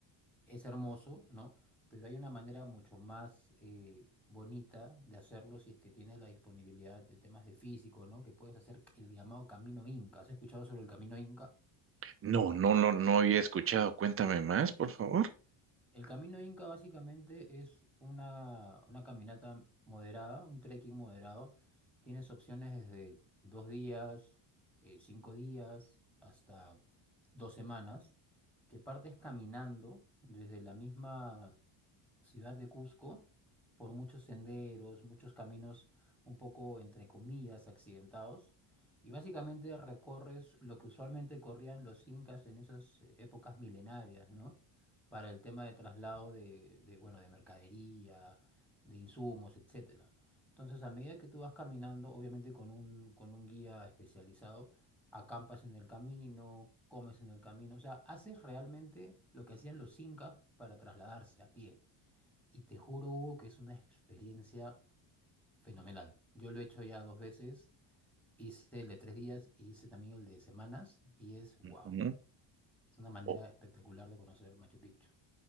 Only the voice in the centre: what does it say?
Es hermoso, ¿no? Pero hay una manera mucho más eh, bonita de hacerlo si es que tienes la disponibilidad de temas de físico, ¿no? Que puedes hacer el llamado Camino Inca. ¿Has escuchado sobre el Camino Inca?
El camino Inca básicamente es una, una caminata moderada, un trekking moderado. Tienes opciones desde dos días, eh, cinco días, hasta dos semanas, que partes caminando desde la misma ciudad de Cusco por muchos senderos, muchos caminos un poco, entre comillas, accidentados. Y básicamente recorres lo que usualmente corrían los incas en esas eh, épocas milenarias, ¿no? Para el tema de traslado de, de, bueno, de mercadería, de insumos, etcétera. Entonces, a medida que tú vas caminando, obviamente con un, con un guía especializado, acampas en el camino, comes en el camino, o sea, haces realmente lo que hacían los incas para trasladarse a pie. Y te juro, Hugo, que es una experiencia fenomenal. Yo lo he hecho ya dos veces, hice el de tres días y hice también el de semanas y es wow.
Es una manera
espectacular de conocer Machu Picchu.